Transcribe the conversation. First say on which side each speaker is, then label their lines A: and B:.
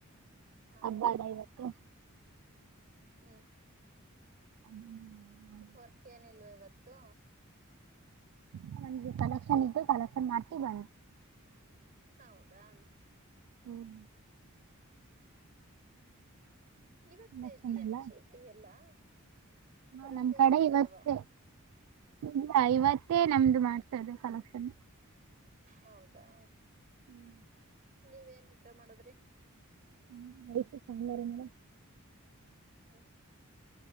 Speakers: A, on the right (about 35°); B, on the right (about 80°).
A: ಹಾ
B: ಹಬ್ಬ ಅಲ್ಲ ಇವತ್ತು
A: ಹ್ಮ್.
B: ಅದನ್ನು ಮಾಡ್ಬೇಕು.
A: ವರ್ಕ್ ಏನಿಲ್ವ ಇವತ್ತು.
B: ಹ ಒಂದ ಕಲೆಕ್ಷನ್ ಇತ್ತು ಕಲೆಕ್ಷನ್ ಮಾಡಿ ಬಂದ್ವಿ.
A: ಹೌದಾ.
B: ಹ್ಮ
A: ಇವತ್ತು
B: ಕಲೆಕ್ಷನ್
A: ಇದ್ಯಾ
B: ಎಲ್ಲ
A: ಚೀಟಿ ಎಲ್ಲಾ
B: ಹಾ
A: ರಜೆ
B: ನಮ್ ಕಡೆ
A: ಇರುತ್ತಲ್ವಾ.
B: ಇವತ್ತೇ ಇಲ್ಲ ಇವತ್ತೇ ನಮ್ದುಮಾಡ್ತಾ ಇರೊದು ಕಲೆಕ್ಷನ್.
A: ಹೌದಾ
B: ಹ್ಮ್
A: ನೀವ ಏನ್ ಊಟ ಮಾಡದ್ರಿ.
B: <unintelligible> ಸಾಂಬಾರ್ ಮೇಡಂ.
A: ಹ್ಮ್